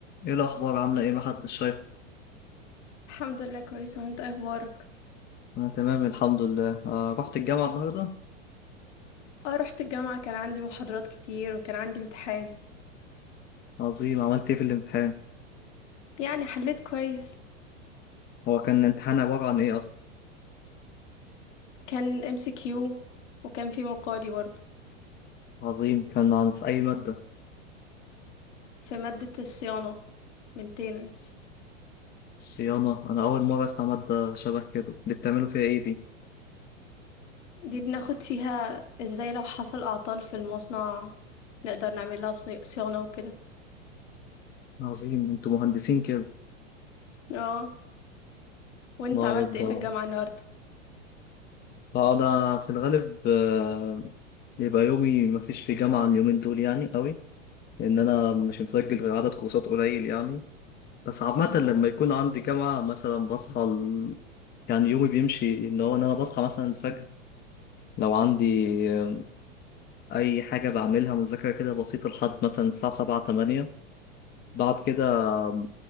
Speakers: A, on the left; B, on the left.
A: ايه الاخبار عامله ايه محدش شايف
B: الحمد لله كويسة وانت ايه اخبارك
A: انا تمام الحمد لله آه رحت الجامعه النهارده
B: اه رحت الجامعة كان عندي محاضرات كتير وكان عندي امتحان
A: عظيم عملت ايه في الامتحان
B: يعني حليت كويس
A: هو كان الامتحان عباره عن ايه اصلا
B: كان ام سي كيو وكان في مقالي برضو
A: عظيم كان عن في اي ماده
B: في مادة الصيانة maintenance
A: صيانه انا اول مره اسمع ماده شبه كده دي بتعملوا فيها ايه دي
B: دي بناخد فيها ازاي لو حصل اعطال في المصنع نقدر نعمل لها صني- صيانة وكده
A: عظيم انتوا مهندسين كده
B: اه وانت
A: الله
B: عملت
A: يبقى
B: ايه في الجامعة النهاردة
A: انا في الغالب آه، يبقى يومي مفيش في جامعه اليومين دول يعني قوي لان انا مش مسجل غير عدد كورسات قليل يعني بس عامة
B: مهم.
A: لما يكون عندي جامعة مثلا بصحى ال... يعني يومي بيمشي ان هو ان انا بصحى مثلا الفجر لو عندي آه، اي حاجة بعملها مذاكرة كده بسيطة لحد مثلا الساعة سبعة تمانية بعد كده آه،